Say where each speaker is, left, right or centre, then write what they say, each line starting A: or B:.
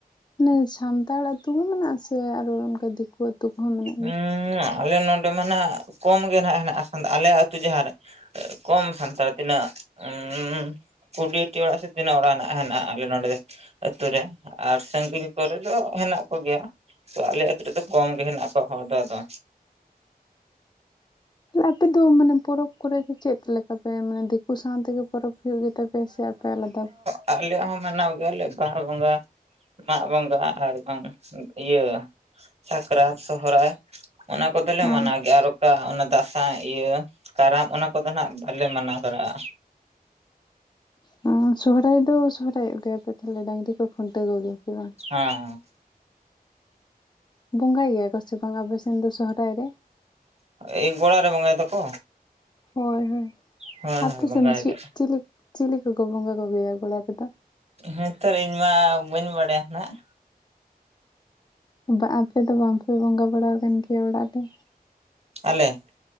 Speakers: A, on the left; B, on the right.
A: ᱱᱩᱭ ᱥᱟᱱᱛᱟᱲ ᱟᱹᱛᱩ ᱦᱚᱸ ᱢᱮᱱᱟᱜᱼᱟ? ᱥᱮ ᱟᱨᱚ ᱚᱱᱠᱟ ᱫᱤᱠᱩ ᱟᱹᱛᱩ ᱾ ᱛᱩᱠ ᱦᱚᱸ ᱢᱮᱱᱟᱜᱼᱟ ᱠᱚ?
B: ᱩᱸᱻᱟ, ᱟᱞᱮ ᱱᱚᱰᱮ ᱢᱟ ᱱᱟᱜ ᱠᱚᱢ ᱜᱮ, ᱱᱟᱜ ᱦᱮᱱᱟᱜᱼᱟ, ᱟᱞᱮ ᱟᱹᱛᱩ ᱡᱟᱦᱟᱸ ᱨᱮ ᱾ ᱮᱸ ᱠᱚᱢ ᱥᱟᱱᱛᱟᱲ ᱛᱤᱱᱟᱹᱜ ᱩᱸᱻᱦ ᱠᱩᱰᱤᱭᱟ. ᱴᱤ ᱚᱲᱟᱜ ᱥᱮ ᱛᱤᱱᱟᱹᱜ? ᱚᱲᱟᱜ ᱦᱮᱱᱟᱜᱼᱟ ᱟᱞᱮ ᱱᱚᱸᱰᱮ ᱾ ᱟᱹᱛᱩ ᱨᱮ, ᱟᱨ ᱥᱟᱺᱜᱤᱧ ᱠᱚᱨᱮ ᱫᱚ, ᱦᱮᱱᱟᱜ ᱠᱚᱜᱮᱭᱟ ᱾ ᱛᱚ ᱟᱞᱮ ᱟᱹᱛᱩ ᱨᱮᱫᱚ ᱠᱚᱢ ᱜᱮ ᱦᱮᱱᱟᱜ ᱠᱚᱣᱟ ᱦᱚᱲ ᱫᱚ ᱟᱫᱚ,
A: ᱟᱯᱮ ᱫᱚ, ᱢᱟᱱᱮ ᱯᱚᱨᱚᱵᱽ ᱠᱚᱨᱮ ᱫᱚ, ᱪᱮᱫ ᱞᱮᱠᱟ ᱯᱮ? ᱢᱟᱱᱮ ᱫᱤᱠᱩ ᱥᱟᱶᱛᱮᱜᱮ ᱯᱚᱨᱚᱵᱽ ᱦᱩᱭᱩᱜ ᱜᱮ ᱛᱟᱯᱮᱭᱟ ᱥᱮ ᱟᱯᱮ ᱟᱞᱟᱫᱟ
B: ᱟᱞᱮ ᱦᱚᱸ ᱢᱟᱱᱟᱣ ᱜᱮᱭᱟᱞᱮ ᱵᱟᱦᱟ ᱵᱚᱸᱜᱟ ᱢᱟᱜᱽ ᱵᱚᱸᱜᱟ ᱟᱨ ᱵᱟᱝ ᱤᱭᱟᱹ ᱥᱟᱠᱨᱟᱛ ᱥᱚᱦᱚᱨᱟᱭ ᱚᱱᱟ ᱠᱚᱫᱚᱞᱮ
A: ᱦᱳᱭ
B: ᱢᱟᱱᱟᱣ ᱜᱮᱭᱟ ᱟᱨ ᱚᱠᱟ ᱚᱱᱟ ᱫ <unintelligible> ᱤᱭᱟᱹ ᱠᱟᱨᱟᱢ ᱚᱱᱟ ᱠᱚᱫᱚ ᱱᱟᱸᱜ ᱵᱟᱞᱮ ᱢᱟᱱᱟᱣ ᱫᱚᱲᱮᱟᱜᱼᱟ
A: <unintelligible> ᱥᱚᱦᱚᱨᱟᱭ ᱫᱚ ᱥᱚᱦᱚᱨᱟᱭ ᱚᱜ ᱜᱮᱭᱟᱯᱮ ᱛᱟᱦᱟᱞᱮ ᱰᱟᱹᱝᱨᱤ ᱠᱚ ᱠᱷᱩᱱᱴᱟᱹᱣ ᱠᱚᱜᱮᱭᱟ ᱯᱮ ᱵᱟᱝ
B: ᱦᱮᱸ ᱦᱮᱸ
A: ᱵᱚᱸᱜᱟᱭ ᱜᱮᱭᱟ ᱠᱚ ᱥᱮ ᱵᱟᱝ ᱟᱵᱮ ᱥᱮᱱ ᱫᱚ ᱥᱚᱦᱚᱨᱟᱭ ᱨᱮ?
B: ᱮᱭ ᱜᱚ‍ᱸᱲᱟ ᱨᱮ ᱵᱚᱸᱜᱟᱭ ᱫᱚᱠᱚ
A: ᱦᱳᱭ ᱦᱳᱭ
B: ᱦᱳᱭ
A: ᱟᱯᱮᱥᱮᱫ
B: ᱦᱳᱭ ᱵᱚᱸᱜᱟᱭ
A: ᱫᱚ ᱪᱮᱫ
B: ᱜᱮ
A: ᱪᱤᱞᱤ ᱪᱤᱞᱤ ᱠᱚᱠᱚ ᱵᱚᱸᱜᱟ ᱠᱚᱜᱮᱭᱟ ᱜᱚᱲᱟ ᱨᱮᱫᱚ
B: ᱦᱮᱸ ᱛᱚᱨ ᱤᱧ ᱢᱟ ᱵᱟᱹᱧ ᱵᱟᱲᱟᱭᱟ ᱱᱟᱸᱜ
A: ᱵᱟ ᱟᱯᱮ ᱫᱚ ᱵᱟᱝᱯᱮ ᱵᱚᱸᱜᱟ ᱵᱟᱲᱟ ᱟᱠᱟᱱ ᱜᱮᱭᱟ ᱚᱸᱲᱟᱜ ᱨᱮ?
B: ᱟᱞᱮ